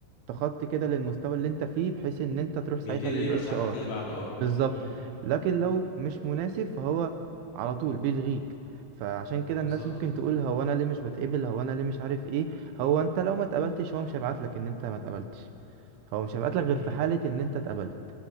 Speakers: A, on the right; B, on the left.
A: تخطي كده للمستوى اللي انت فيه بحيث ان انت تروح ساعتها
B: بيبتدي
A: لل
B: يرشح
A: HR
B: لك اللي بعده اه
A: بالظبط
B: امم
A: لكن لو مش مناسب فهو على طول بيلغيك فعشان كده
B: بالظبط
A: الناس ممكن تقول هو انا ليه مش بتقبل هو انا ليه مش عارف ايه هو انت لو ما اتقبلتش هو مش هيبعت لك ان انت ما اتقبلتش هو مش هيبعت لك غير
B: امم
A: في حالة ان انت اتقبلت